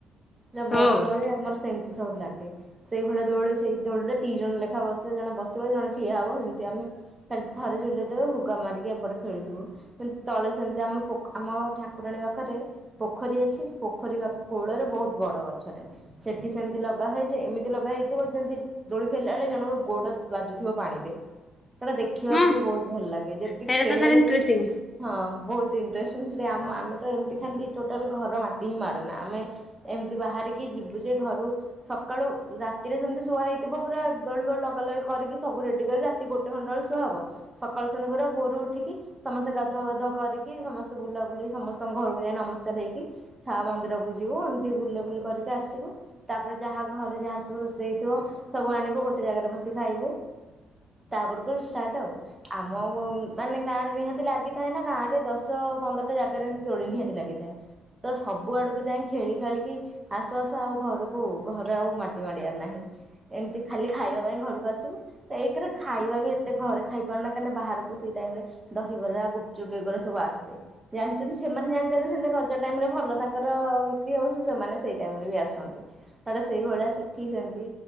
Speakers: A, on the right; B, on the left.
A: ପୁରା ବଡ
B: ହଁ।
A: ଦୋଳି ଆମର ସେମିତି ସବୁ ଲାଗେ। ସେଇ ଭଳିଆ ଦୋଳି ସେଇ ଦୋଳିରେ ଦି ଜଣ ଲେଖା ବସିବ। ଜଣେ ବସିବ ଜଣେ ଠିଆ ହବ ସେମିତି ଆମେ ଖାଲି ଥରେ ଝୁଲେଇ ଦେବେ ହୁଗା ମାରିକି ଏପଟ ଖେଳୁଥିବୁ। ତଳେ ସେମିତି ଆମ ଆମ ଠାକୁରାଣୀ ପାଖରେ ପୋଖରୀ ଅଛି। ସେ ପୋଖରୀ କୋଳରେ ବୋହୁତ ବଡ ଗଛଟେ ସେଠି ସେମିତି ଲଗା ହେଇଚି। ଏମିତି ଲଗା ହେଇଥିବ ଯେମିତି ଦୋଳି ଖେଳିଲା ବେଳେ ଜଣଙ୍କ ଗୋଡ ବାଜୁଥିବ ପାଣିରେ। ଖେଳ ଦେଖିବାକୁ
B: ହଁ
A: ବି ବହୁତ ଭଲ ଲାଗେ ଯେତିକି
B: ସେଇଟା
A: ଖେଲିବାକୁ
B: ତ ଭାରି ଇଣ୍ଟରେଷ୍ଟିଂ।
A: ହେତିକି ହଁ ବୋହୁତ ଇଣ୍ଟରେଷ୍ଟିଂ ସେଠି ଆମ ଆମେ ତ ଏମିତି ଖାଲି ଟୋଟାଲ ଘର ମାଟି ହିଁ ମାଡୁନା ଆମେ ଏମିତି ବାହାରିକି ଯିବୁ ଯେ ଘରୁ ସକାଳୁ ରାତିରେ ସେମିତି ଶୁଆ ହେଇଥିବ ପୁରା ଦୋଳି ଫୋଳି ଲଗା ଲଗି କରିକି ସବୁ ରେଡି କରି ରା ଗୋଟେ ଘଣ୍ଟା ବେଳ ସୁୁଆ ହବ। ସକାଳ ହେଇସାରିଲା ପରେ ଭୋରୁ ଉଠିକି ସମସ୍ତେ ଗାଧୁଆପାଧୁଆ କରିକି ସମସ୍ତେ ବୁଲା ବୁଲି ସମସ୍ତଙ୍କ ଘରକୁ ଯାଇ ନମସ୍କାର ହେଇକି ଥା ମନ୍ଦିରକୁ କୁ ଯିବୁ ଏମିତି ବୁଲା ବୁଲି କରିକି ଆସିବୁ। ତାପରେ ଯାହା ଘରେ ଯାହା ସବୁ ରୋଷେଇ ହେଇଥିବ, ସବୁ ଆଣିବୁ ଗୋଟେ ଜାଗାରେ ବସି ଖାଇବୁ। ତାପରକୁ ଷ୍ଟାଟ ଆଉ। ଆମ ମାନେ ଗାଁରେ ନିହାତି ଲାଗିଥାଏ ନା ଗାଁରେ ଦଶ ପନ୍ଦରଟା ଜାଗାରେ ଏମିତି ଦୋଳି ନିହାତି ଲାଗିଥାଏ। ତ ସବୁ ଆଡକୁ ଯାଇ ଖେଳି ଖେଳିକି ଆସୁ ଆସୁ ଆଉ ଘରକୁ ଘରେ ଆଉ ମାଟି ମାଡିଆର ନାହିଁ। ଏମିତି ଖାଲି ଖାଇବା ପାଇଁ ଘରକୁ ଆସିବୁ। ଏଇଥିରେ ଖାଇବା ବି ଏତେ ଘରେ ଖାଇପାରୁନା କାହିଁକି ନା ବାହାରକୁ ସେଇ ଟାଇମରେ ଦହିବରା, ଗୁପଚୁପ ଏଗୁରା ସବୁ ଆସେ। ଜାଣିଛନ୍ତି ସେମାନେ ଜାଣିଛନ୍ତି ସେମିତି ରଜ ଟାଇମରେ ଭଲ ତାଙ୍କର ତ ବିକ୍ରି ହବ ସେ ସେମାନେ ସେଇ ଟାଇମରେ ବି ଆସନ୍ତି। ତାପରେ ସେଇଭଳିଆ ସେଠି ସେମିତି